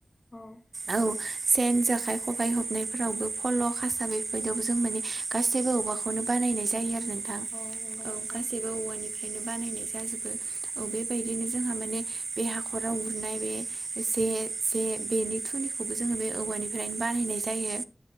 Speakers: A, on the left; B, on the right.
A: औ।
B: औ सेन, जेखाइ, खबाइ हेबनायफोरावबो फल, खासा बेफोरबायदियावबो जों माने गासैबो औवाखो बेखौनो बानायनाय जायो आरो नोंथां
A: औ नंगौ
B: औ
A: नोंथां
B: गासैबो औवानिफ्रायनो बानायनाय जाजोबो। औ बेबायदिनो जोंहा माने बे हाखराव उरनाय बे जे जे बेनि थुनिखौबो जोंङो बे औवानिफ्रायनो बानायनाय जायो।